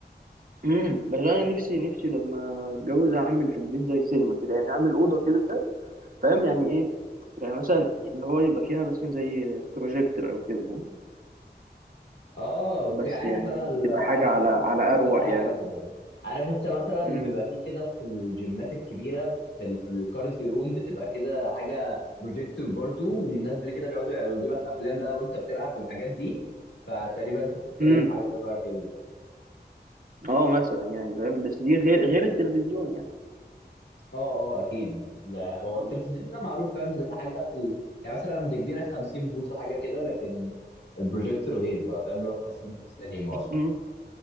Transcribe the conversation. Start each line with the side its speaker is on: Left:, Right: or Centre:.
Right: امم بس انا نفسي نفسي لما اتجوز اعمل في البيت زي سينما كده يعني اعمل اوضه كده فاهم يعني ايه يعني مثلا اللي هو يبقى فيها مثلا زي بروجيكتور او كده فاهم
Left: اه اوكي
Right: بس
Left: عارف
Right: يعني
Left: انا ال-
Right: هتبقى
Left: عارف
Right: حاجه على على
Left: بس
Right: اروق
Left: بحاجه
Right: يعني
Left: جامده عارف انت مثلا
Right: امم
Left: بيبقى فيه كده في الجيمات الكبيره في ال... في الكارديو روم بتبقى كده حاجه بروجيكتور برضو ومنزل كده بيقعدوا يعرضوا لك افلام بقى وانت بتلعب والحاجات دي فتقريبا انت بتتكلم
Right: امم
Left: في حاجه شبه كده
Right: اه مثلا يعني فاهم بس دي غير غير التلفزيون يعني
Left: اه اه اكيد لا هو
Right: مم.
Left: التلفزيون ده معروف فاهم بتبقى حاجه في ال... يعني مثلا بكبيره 50 بوصه حاجه كده لكن البروجيكتور غير بقى فاهم لو تحس انت في سينما اصلا
Right: امم